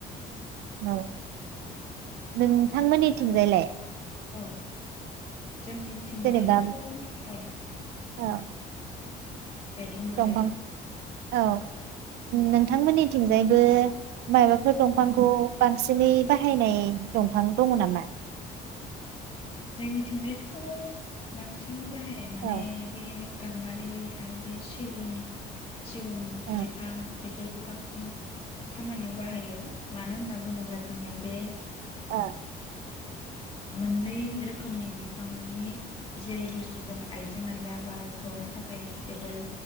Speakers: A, on the right; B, on the left.
A: न नोंथांमोननि थुनजायलाय।
B: औ जोंनिथिंजायबोथ'
A: जेनेबा
B: औ
A: औ।
B: दे बुंग्रोलाय।
A: दंफां औ नोंथांमोननिथिंजायबो माबाफोर दंफांखौ बांसिनै बाहायनाय दंफां दङ नामा?
B: जोंनिथिंजायथ' बांसिनै बाहाय बाहायनाय माने
A: औ
B: बे गामबारि आरो बे सिगुन सिगुन
A: ओं
B: बिफां बेफोरखौ बांसिन खामानियाव बाहायो मानो होनना बुङोब्ला जोंनिया बे
A: ओ।
B: मोननै रोखोमनि बिफांनि जे बुस्थु जों आइजें आइला बा जनो थाखाय थेबोल